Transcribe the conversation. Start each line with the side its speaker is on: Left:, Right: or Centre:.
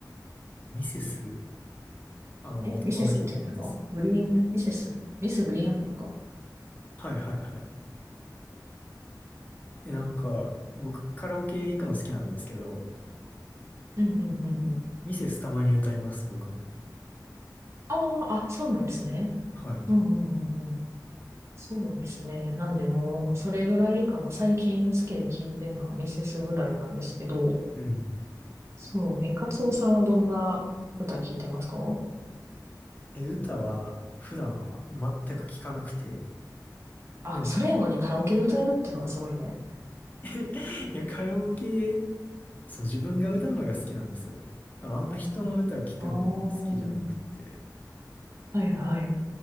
Left: ミセス、あの、
Right: え、
Left: 男の人のやつですね。
Right: ミセスって言うんですかグリーン、ミセス、ミスグリーンアップルか。
Left: はいはいはい。で、なんか、僕カラオケ行くの好きなんですけど、
Right: うんうんうんうん。
Left: ミセスたまに歌います、僕も。
Right: ああ、あ、そうなんですね。
Left: はい。
Right: うんうんうんうん。そうですね。なんでもう、それぐらいかな。最近好きで聞いてるのはミセスぐらいなんですけど、
Left: うん。
Right: そう、え、カツオさんはどんな歌聞いてますか
Left: え、歌は普段全く聞かなくて、
Right: あ、
Left: でも
Right: それやのにカラオケで歌えるっていうのがすごいね。
Left: <laughs> いや、カラオケ、そう、自分が歌うのが好きなんですよ。あの、あんま人の歌を聞くの好きじゃなくて、
Right: ああ、はいはい。